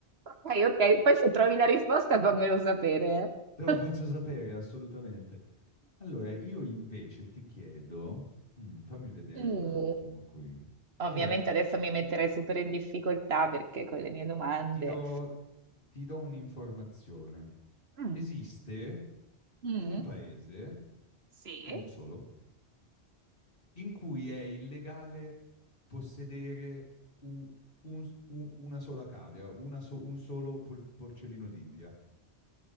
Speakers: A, on the right; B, on the left.
A: Ok, ok, poi se trovi la risposta fammelo sapere,
B: Te
A: eh.
B: lo faccio sapere, assolutamente. Allora, io invece ti chiedo, Mm, fammi vedere
A: Mm.
B: un attimo qui.
A: Ovviamente
B: Allora,
A: adesso mi
B: ti,
A: metterei
B: ti-
A: super in difficoltà perché con le mie domande.
B: ti do, ti do un'informazione.
A: Mm.
B: Esiste
A: Mm.
B: un paese,
A: Sì,
B: uno solo, in cui è illegale possedere u- un- u- una sola cavia, una so- un solo por- porcellino d'India.